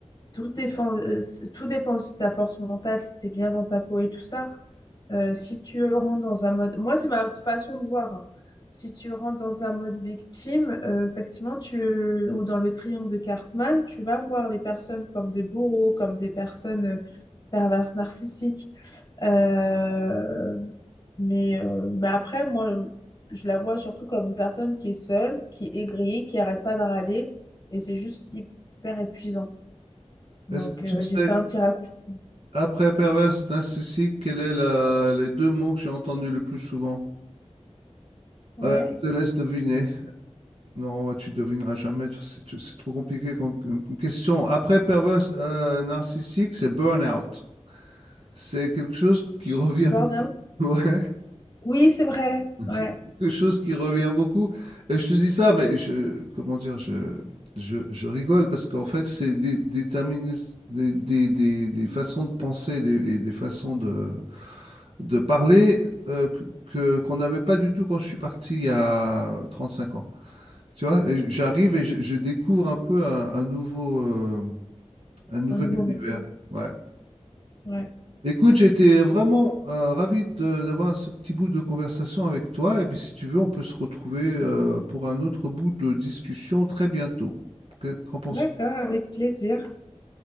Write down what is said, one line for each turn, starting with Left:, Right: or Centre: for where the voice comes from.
Left: tout dépend, euh, c- tout dépend aussi de ta force mentale, si t'es bien dans ta peau et tout ça. Euh, si tu rentres dans un mode, moi c'est ma façon de voir. hein. Si tu rentres dans un mode victime, euh, effectivement, tu ou dans le triangle de Cartman, tu vas voir les personnes comme des bourreaux, comme des personnes euh, perverses narcissiques. Euh, mais, euh, mais après, moi, je la vois surtout comme une personne qui est seule, qui est aigrie, qui arrête pas de râler, et c'est juste hyper épuisant. Donc,
Right: Est-ce que tu
Left: euh,
Right: sais,
Left: j'ai fait un petit raccourci.
Right: après pervers narcissique, quels sont les deux mots que j'ai entendus le plus souvent?
Left: Ouais.
Right: Euh, je te laisse deviner. Non, bah, tu devineras jamais. C'est tu- c'est trop compliqué comme, comme- question. Après perverse euh, narcissique, c'est burn-out. C'est quelque chose qui revient
Left: Burnout?
Right: <laughs> beaucoup. ouais.
Left: Oui, c'est vrai.
Right: Mhm.
Left: Ouais.
Right: C'est quelque chose qui revient beaucoup. Et je te dis ça, mais je, comment dire, je, je, je rigole parce qu'en fait, c'est des, des, terminis- des, des, des- des façons de penser des, et des façons de, de parler euh, que, que- qu'on n'avait pas du tout quand je suis parti il y a 35 ans. Tu vois, et j'arrive et je, je découvre un peu un, un nouveau, euh, un nouvel
Left: Un nouveau monde.
Right: univers. Ouais.
Left: Ouais.
Right: Écoute, j'étais vraiment euh, ravi de- d'avoir ce petit bout de conversation avec toi. Et puis, si tu veux, on peut se retrouver euh, pour un autre bout de discussion très bientôt. Que- Qu'en penses-tu?
Left: D'accord, avec plaisir.